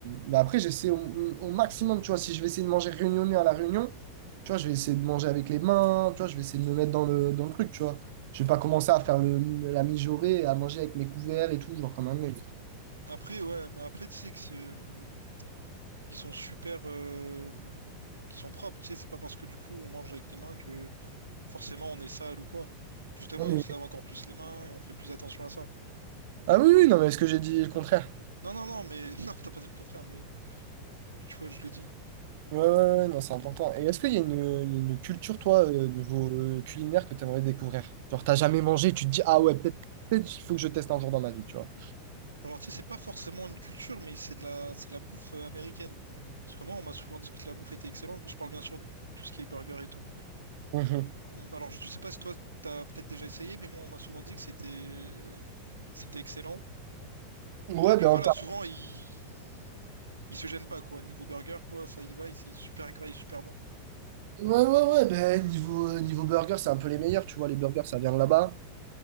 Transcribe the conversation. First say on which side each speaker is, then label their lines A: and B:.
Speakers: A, on the right; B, on the right.
A: mais après, j'essaie au, au maximum, tu vois, si je vais essayer de manger réunionnais à la réunion, tu vois, je vais essayer de manger avec les mains, tu vois, je vais essayer de me mettre dans le, dans le truc, tu vois. Je vais pas commencer à faire le, la mijaurée, à manger avec mes couverts et tout, genre comme un mec.
B: Après, ouais, mais après, tu sais que c'est, euh, ils sont super, euh, ils sont propres, tu sais, c'est pas parce que du coup on mange avec les mains que forcément on est sale ou quoi. Justement,
A: Non, mais...
B: on se lave encore plus les mains et on fait plus attention à ça.
A: Ah oui, oui, non, mais est-ce que j'ai dit le contraire?
B: Non, non, non, mais <laughs> non, t'as pas dit le contraire, mais tu vois, je le dis.
A: Ouais, ouais, ouais, non, c'est important. Et est-ce qu'il y a une, il y a une culture, toi, euh, niveau euh, culinaire, que tu aimerais découvrir? Genre, t'as jamais mangé, tu te dis, ah ouais, peut-être, peut-être, il faut que je teste un jour dans ma vie, tu vois.
B: Alors, tu sais, c'est pas forcément une culture, mais c'est de la, c'est de la bouffe euh, américaine. Parce que moi, on m'a souvent dit que la bouffe était excellente. Je parle bien sûr de tout ce qui est burger et tout.
A: <laughs>
B: On- Alors, je sais pas si toi, t'as peut-être déjà essayé, mais moi, on m'a souvent dit que c'était, c'était excellent
A: Mhm. Ouais,
B: Et puis
A: ben,
B: voilà,
A: en termes-
B: souvent, ils... ils se gênent pas, quoi. Niveau burger, quoi, ça y va, il- c'est super gras et super bon.
A: ouais, ouais, ouais, ben, niveau, euh, niveau burger, c'est un peu les meilleurs, tu vois, les burgers, ça vient de là-bas.